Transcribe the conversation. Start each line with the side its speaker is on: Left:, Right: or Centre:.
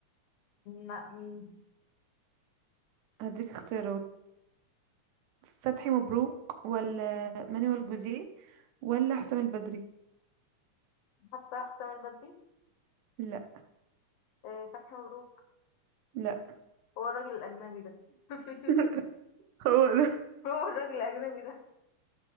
Left: لا مين؟
Right: هديك اختيارات فتحي مبروك ولا مانويل جوزيه ولا حسام البدري
Left: حاسة حسام البدري
Right: لا
Left: آه فتحي مبروك
Right: لا
Left: هو الراجل الأجنبي ده <laughs>
Right: <laughs> هو ده
Left: هو الراجل الأجنبي ده